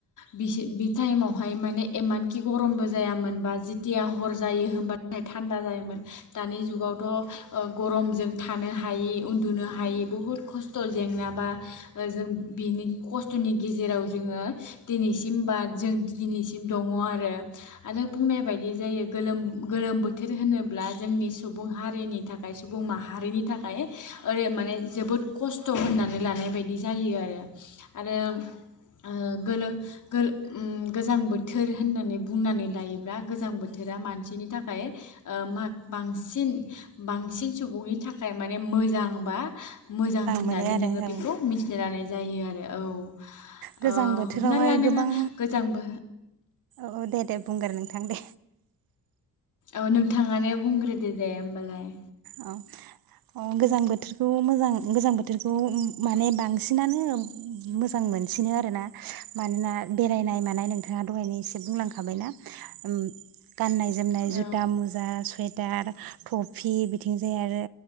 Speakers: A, on the left; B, on the right.
A: बिस बि टाइमावहाय माने इमानखि गरमबो जायामोनबा जिथिया हर जायो होनबाथाय थान्दा जायोमोन। दानि जुगावथ' ओ गरमजों थानो हायि उन्दुनो हायि बुहुद खस्थ' जेंनाबा जों बिनि खस्थ'नि गेजेराव जोङो दिनैसिम बा जों दिनैसिम दङ' आरो। आरो बुंनाय बायदि जायो गोलोम गोलोम बो थोर होनोब्ला जोंनि सुबुं हारिनि थाखाय सुबुं माहारिनि थाखाय ओरै माने जोबोद खस्थ' होननानै लानाय बायदि जायो आरो। आरो ओ गोलो गोल उम गोजां बोथोर होननानै बुंनानै लायोब्ला गोजां बोथोरा मानसिनि थाखाय ओ मा बांसिन बांसिन सुबुंनि थाखाय माने मोजां बा मोजां होननानै
B: मोनो आरो
A: नोङो
B: औ
A: बेखौ मिथिनो लानाय जायो आ औ,
B: गोजां
A: ओ
B: बोथोरावहाय
A: हमना ला नोङो
B: गोबां
A: गोजांबो
B: औ दे दे बुंगोर नोंथां दे।
A: औ नोंथाङानो बुंग्रोदो दे होमबालाय।
B: औ अ' गोजां बोथोरखौ मोजां गोजां बो थोरखौ माने बांसिनानो मोजां मोनसिनो आरोना। मानोना बेरायनाय मानाय नोंथाङा दहायनो एसे बुंलां खाबायना उम गाननाय जोमनाय जुथा,
A: औ
B: मुजा, सुवेटार, टफि बिथिं जाय आरो